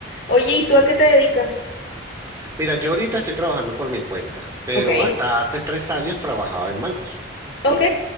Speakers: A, on the left; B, on the right.
A: Oye, ¿y
B: Eh.
A: tú a qué te dedicas?
B: Mira, yo ahorita estoy trabajando por mi cuenta, pero
A: Ok,
B: hasta hace tres años trabajaba en bancos.
A: ok,